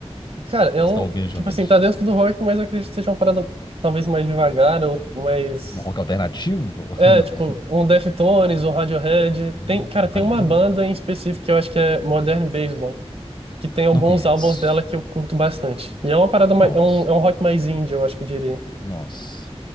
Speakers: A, on the right; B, on the left.
A: cara, é
B: Você
A: um,
B: tá ouvindo ultimamente?
A: tipo assim, tá dentro do rock, mas eu acredito que seja uma parada talvez mais devagar ou mais
B: Um rock alternativo?
A: É,
B: <laughs> Não.
A: tipo, um Deftones, um Radiohead.
B: Hum,
A: Tem, cara, tem
B: Radiohead
A: uma banda
B: é bom.
A: em específico que eu acho que é Modern Baseball, que tem alguns
B: Não conheço.
A: álbuns dela que eu curto bastante. E é uma parada mais,
B: Nossa,
A: é um, é um rock mais indie, eu acho que eu diria.
B: nossa.